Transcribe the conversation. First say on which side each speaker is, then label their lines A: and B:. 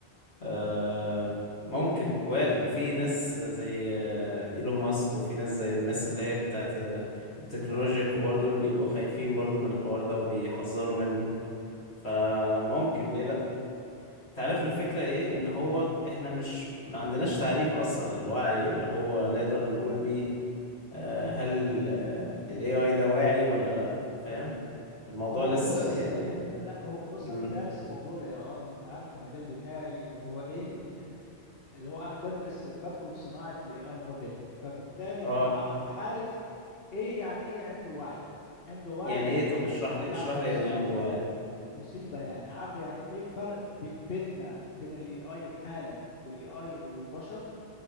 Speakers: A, on the left; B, on the left.
A: آه ممكن وارد وفي ناس زي آه، ايلون ماسك وفي ناس زي الناس اللي هي بتاعت آه، التكنولوجيا الكبار دول بيبقوا خايفين برضو من الحوار ده وبيحذروا منه فممكن ليه تعرف الفكرة ايه ان هو احنا مش ما عندناش تعريف اصلا للوعي اللي هو نقدر نقول بيه آه، هل ال آه، ال AI ده واعي ولا لا فاهم الموضوع
B: هو
A: لسه
B: بص
A: يعني
B: لا هو بص
A: مم.
B: انا دارس موضوع الاي اي وانت عارف المجال بتاعي اللي هو ايه <laughs> اللي هو انا بدرس بدخل في صناعة الاي اي موديل فبالتالي
A: اه
B: انا ع- عارف ايه يعني ايه عنده وعي عنده وعي
A: يعني ايه
B: دي
A: طب اشرح لي
B: يعني
A: اشرح
B: مصيبة
A: لي يعني ايه عنده وعي
B: مصيبة يعني عارف يعني ايه الفرق ب- بيننا بين الاي اي الحالي والاي اي والبشر